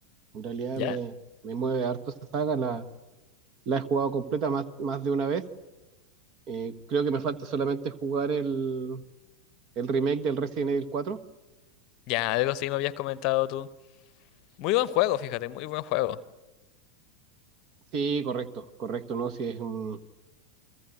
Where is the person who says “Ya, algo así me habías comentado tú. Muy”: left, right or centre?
Left